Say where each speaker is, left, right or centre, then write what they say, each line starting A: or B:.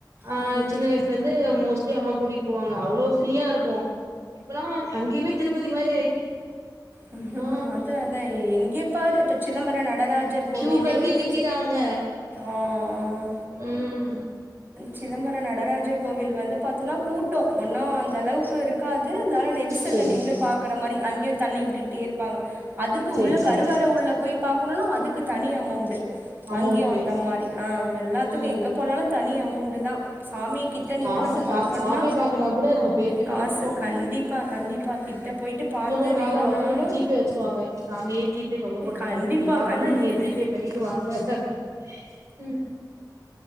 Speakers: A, on the right; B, on the right.
A: ஆஹ்
B: ம்
A: சின்ன வயசு வந்து மோஸ்ட்லி அம்மா கூட்டிட்டு போவாங்க அவ்ளோ ஃப்ரீயா இருக்கு இப்பல்லா அங்கேயுமே திருப் இப்பதி மாரி
B: ஹ்ம்
A: ஆ
B: ஹ்ம் அது அத எங்கே பாரு இப்ப சிதம்பர நடராஜர் கோவில்
A: கியூ கட்டி
B: எங்களுக்
A: நிக்கிறாங்க
B: ஆஹ்ஹ்
A: ம்
B: சிதம்பர நடராஜர் கோவில் வந்து பாத்தினா பூட் ட்டோ ஒன்னூ அந்த அளவுக்கு இருக்காது இருந்தாலூ நெரிசல்ல
A: சேரி
B: நின்னு பாக்கற மாரி அங்கேயூ தள்ளி விட்டுகிட்டே இருப்பாங்க அதுக்கு
A: சேரி
B: உள்ள
A: சேரி
B: கருவர
A: சேரி
B: உள்ள போய் பாக்கணூனா அதுக்கு தனி அமௌண்ட்
A: அமௌண்ட்டு
B: அங்கேயு அந்த மாதிரி ஆ எல்லாத்துக்கு
A: ம் ம்
B: எங்க போனாலு னி அமௌண்ட் தா சாமிய கிட்ட நின்னு
A: காசு
B: நம்ம
A: கா
B: பாக்கணுனா
A: சாமிய பாக்கனா கூட நம்ம பே பண்ணிதா
B: காசு
A: போனு
B: கண்டிப்பா கண்டிப்பா கிட்ட போயிட்டு பாத்து
A: இன்னு கொஞ்ச நாள்ல
B: வேண்டுனாலு
A: அவங்களுக்கு ஜி பே வச்சிருவாங்க சாமியே ஜி பே தொங்க போட்டிருப்பாரு
B: கண்டிப்பா
A: என்ன பாக்குனா
B: கண்டிப்பா
A: நீங்க ஜி பே பண்ணிட்டு வாங்க உம்